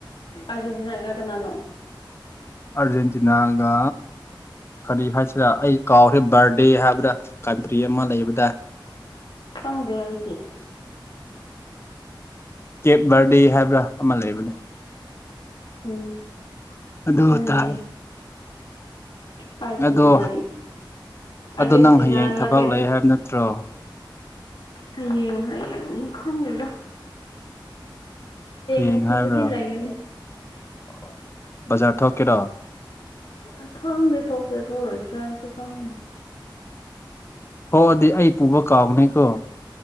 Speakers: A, on the left (about 70°); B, on the left (about 30°).
A: ꯑꯔꯖꯦꯟꯇꯅꯥꯒ ꯀꯅꯅꯨ
B: ꯑꯔꯖꯦꯟꯇꯤꯅꯥꯒ ꯀꯔꯤ ꯍꯥꯏꯁꯤꯗ ꯑꯩ ꯀꯥꯎꯈ꯭ꯔꯦ ꯕꯥꯔꯗꯦ ꯍꯥꯏꯕꯗ ꯀꯟꯇ꯭ꯔꯤ ꯑꯃ ꯂꯩꯕꯗꯥꯏ
A: ꯗꯪꯗꯦ ꯑꯩꯗꯤ
B: ꯀꯦꯞ ꯕꯥꯔꯗꯦ ꯍꯥꯏꯕ꯭ꯔꯥ ꯑꯃ ꯂꯩꯕꯅꯦ
A: ꯎꯝ
B: ꯑꯗꯨꯈꯛꯇ
A: ꯈꯪꯗꯦ
B: ꯍꯥꯏ
A: ꯑꯥꯔꯖꯦꯟꯇꯤꯅꯥ
B: ꯑꯗꯣ
A: ꯑꯥꯔꯖꯦꯟꯇꯤꯅꯥꯅ
B: ꯑꯗꯣ ꯅꯪ ꯍꯌꯦꯡ ꯊꯕꯛ
A: ꯀꯩꯅꯣ
B: ꯂꯩ ꯍꯥꯏꯕ ꯅꯠꯇ꯭ꯔꯣ
A: ꯍꯌꯦꯡ ꯍꯌꯦꯡ ꯈꯪꯗꯦꯗ
B: ꯍꯌꯦꯡ
A: ꯅꯨꯡꯊꯤꯟꯗꯗꯤ
B: ꯍꯥꯏꯕ꯭ꯔꯥ
A: ꯂꯩꯒꯅꯤ
B: ꯑꯣ ꯕꯖꯥꯔ ꯊꯣꯛꯀꯦꯔꯣ
A: ꯑ ꯈꯪꯗꯦ ꯊꯣꯛꯁꯦ ꯊꯧꯔꯣꯏꯗ꯭ꯔꯥ ꯑꯩꯁꯨ ꯈꯪꯗꯦ
B: ꯍꯣ ꯑꯗꯨꯗꯤ ꯑꯩ ꯄꯨꯕ ꯀꯥꯎꯅꯤꯀꯣ